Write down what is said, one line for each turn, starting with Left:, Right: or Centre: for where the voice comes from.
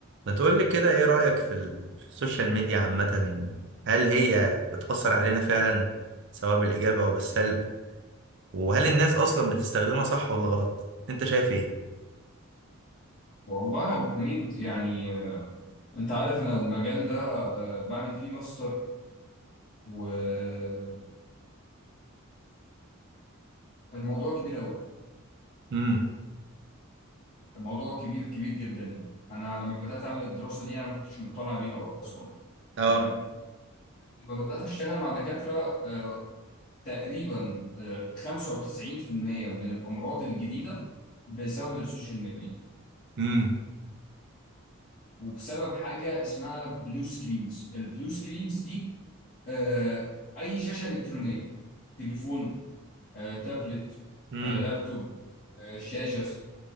Right: ما تقول لي كده ايه رأيك في ال- في السوشيال ميديا عامة هل هي بتأثر علينا فعلا سواء بالإيجاب أو بالسلب وهل الناس أصلا بتستخدمها صح ولا غلط انت شايف ايه
Left: والله يا ابو حميد يعني آه، انت عارف انا المجال ده آه، بعمل فيه ماستر وبص الموضوع كبير قوي
Right: امم
Left: الموضوع كبير كبير جدا يعني انا لما بدات اعمل الدراسه دي انا ما كنتش مقتنع بيها اصلا
Right: اه
Left: تمام لما بدات اشتغل مع دكاتره آه، تقريبا آه، 95% من الامراض الجديده بسبب السوشيال ميديا
Right: امم
Left: وبسبب حاجه اسمها بلو سكرينز البلو سكرينز دي آه، اي شاشه الكترونيه تليفون آه، تابلت
Right: امم
Left: آه، لابتوب آه، شاشه